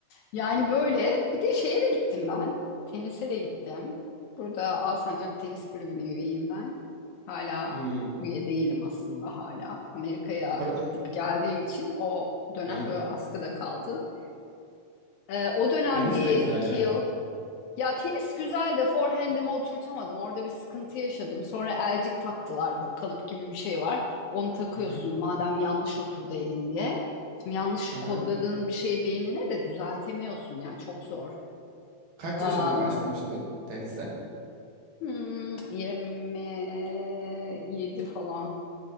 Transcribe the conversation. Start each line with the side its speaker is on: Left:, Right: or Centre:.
Left: Yani böyle bir de şeye de gittim ben. Tenise de gittim. Burada Alsancak Tenis Kulübü'ne üyeyim ben. Hala
Right: Hmm.
Left: üye değilim aslında hala. Amerika'ya
Right: Bra-
Left: gidip geldiğim için o dönem
Right: Hı.
Left: böyle askıda kaldı. Ee, o dönem
Right: Tenis
Left: bir
Right: de güzel
Left: iki
Right: ya.
Left: yıl ya tenis güzel de forehand'imi oturtamadım. Orada bir sıkıntı yaşadım. Sonra elcik taktılar. Böyle kalıp gibi bir şey var. Onu takıyorsun
Right: Hı hı.
Left: madem yanlış oturdu elin diye. Şimdi yanlış
Right: Hı hı.
Left: kodladığın bir şeyi beynine de düzeltemiyorsun. Yani çok zor.
Right: Kaç
Left: Am,
Right: yaşına başlamıştın tenise?
Left: hmm, 27 falan